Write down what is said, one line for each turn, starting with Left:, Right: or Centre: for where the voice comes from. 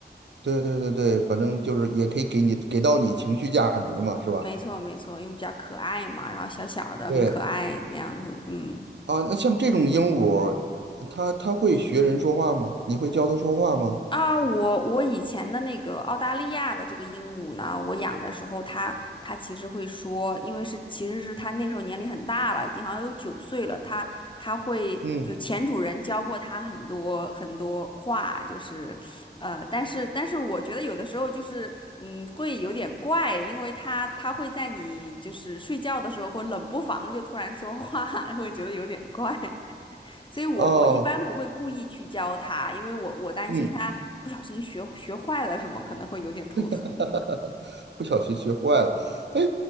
Right: 对对对对，反正就是也可以给你给到你情绪价值嘛，是吧？
Left: 没错没错，因为比较可爱嘛，然后小小的很可爱那样子，
Right: 对，
Left: 嗯。
Right: 啊，那像这种鹦鹉，它它会学人说话吗？你会教它说话吗？
Left: 啊，我我以前的那个澳大利亚的这个鹦鹉呢，我养的时候它，它其实会说，因为是其实是它那时候年龄很大了，已经好像有九岁了，它它会就前主人教过它很多很多话，
Right: 嗯，
Left: 就是，呃，但是但是我觉得有的时候就是，嗯，会有点怪，因为它它会在你就是睡觉的时候或冷不防就突然说话，<laughs> 会觉得有点怪。所以我我一般不会故意去教它，
Right: 哦，
Left: 因为我我担心它不小心学学坏了什么，
Right: 嗯，
Left: 可能会有点头疼。
Right: <laughs> 不小心学坏了。哎，